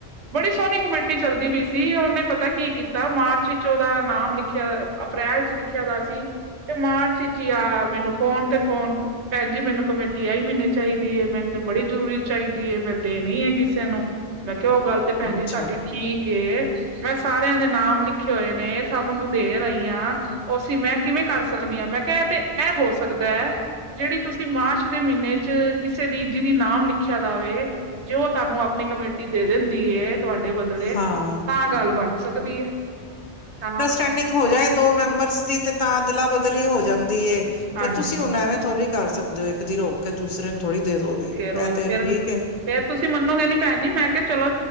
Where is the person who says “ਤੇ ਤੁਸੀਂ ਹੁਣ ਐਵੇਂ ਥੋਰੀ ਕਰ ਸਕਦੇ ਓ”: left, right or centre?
Left